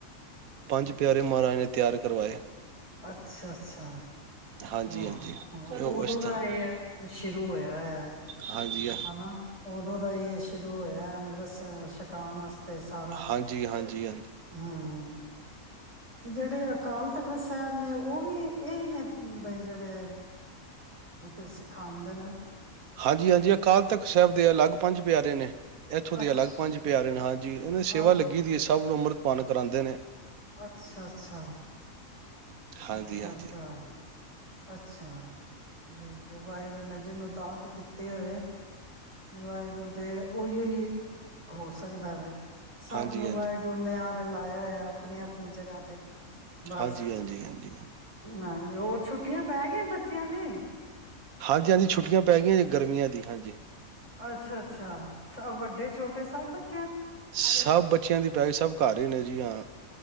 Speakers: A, on the right (about 80°); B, on the right (about 25°).
A: ਪੰਜ ਪਿਆਰੇ ਮਹਾਰਾਜ ਨੇ ਤਿਆਰ ਕਰਵਾਏ।
B: ਅੱਛਾ ਅੱਛਾ,
A: ਹਾਂਜੀ
B: ਵਾਹ
A: ਹਾਂਜੀ
B: ਹਾਂ
A: ਉਹ
B: ਔਦੋਂ
A: ਅਸਥਾਨ
B: ਦਾ ਏ ਐ। ਸ਼ੁਰੂ ਹੋਈਆਂ ਐ।
A: ਹਾਂਜੀ ਹਾਂਜੀ
B: ਹਨਾ ਔਦੋਂ ਦਾ ਈ ਏ ਸ਼ੁਰੂ ਹੋਯੈ ਅੰਮ੍ਰਤ ਸ ਸ਼ਕਾਨ ਆਸ ਤੇ ਸਾਰਾ,
A: ਹਾਂਜੀ ਹਾਂਜੀ
B: ਹਮ। ਜੇੜੇ ਅਕਾਲ ਤਖ਼ਤ ਸ ਸੈਬ ਨੇ ਔ ਵੀ ਏਹੀ ਨੇ ਬਈ ਜੇੜੇ ਵਿ ਕਿ ਸਿਖਾਂਦੇ ਨੇ।
A: ਹਾਂਜੀ ਹਾਂਜੀ, ਅਕਾਲ ਤਖ਼ਤ ਸੈਬ ਦੇ ਅਲੱਗ ਪੰਜ ਪਿਆਰੇ ਨੇ। ਐਥੋਂ ਦੇ
B: ਅੱਛ
A: ਅਲੱਗ ਪੰਜ ਪਿਆਰੇ ਨੇ ਹਾਂਜੀ ਇਨਾਂ ਦੀ ਸੇਵਾ
B: ਅੱਛਾ
A: ਲੱਗੀ ਦੀ ਏ ਸਭ ਨੂੰ ਅੰਮ੍ਰਤ ਪਾਨ ਕਰਾਂਦੇ ਨੇ।
B: ਅੱਛਾ ਅੱਛਾ।
A: ਹਾਂਜੀ
B: ਅੱਛਾ
A: ਹਾਂਜੀ
B: ਸਾ। ਅੱਛਾ, ਵੇਖਲੋ ਵਾਹਿਗੁਰੂ ਨੇ ਜਿਹਨੂੰ ਦਾਤ ਦਿੱਤੀ ਹੋਏ ਵਾਹਿਗੁਰੂ ਦੇ ਓਈਓ ਹੀ ਹੋ ਸਕਦਾ ਵੇ। ਸਭ
A: ਹਾਂਜੀ
B: ਨੂੰ
A: ਹਾਂਜੀ
B: ਵਾਹਿਗੁਰ ਨੇ ਆ ਤੇ ਲਾਐ ਹੋਐ ਅਪਣੀ ਅਪਣੀ ਜਗ੍ਹਾ ਤੇ। ਬਸ
A: ਹਾਂਜੀ ਹਾਂਜੀ ਹਾਂਜੀ ਹਾਂਜੀ।
B: ਹਾਂਜੀ ਹੋਰ ਛੁਟ ਟੀਆਂ ਪੈ ਗਿਐ ਬਚ ਚਆਂ ਦੇ
A: ਹਾਂਜੀ ਹਾਂਜੀ ਛੁੱਟੀਆਂ ਪੈ ਗਈਆਂ ਜੀ, ਗਰਮੀਆਂ ਦੀ ਹਾਂਜੀ।
B: ਅੱਛਾ ਅੱਛਾ, ਸਵ ਵੱਡੇ ਛੋਟੇ ਸਭ ਬਚ
A: ਸਭ ਬੱਚਆਂ ਦੀ ਪੈ ਗੀ, ਸਭ ਘਰ ਈ ਨੇ ਜੀ ਹਾਂ।